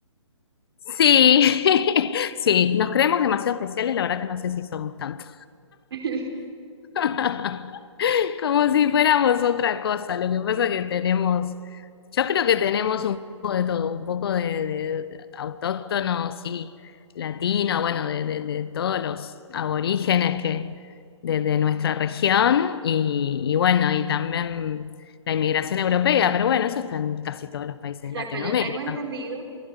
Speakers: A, on the left; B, on the right.
A: sí, <laughs> sí, nos creemos demasiado especiales, la verdad que no sé si somos tanto.
B: <laughs>
A: <laughs> Como si fuéramos otra cosa. Lo que pasa que tenemos, yo creo que tenemos un poco de todo, un poco de, de autóctono, sí, latino, bueno, de, de- de todos los aborígenes que de, de nuestra región y, y bueno, y también la inmigración europea, pero bueno, eso está en casi todos los países
B: Exacto,
A: de Latinoamérica.
B: yo tengo entendido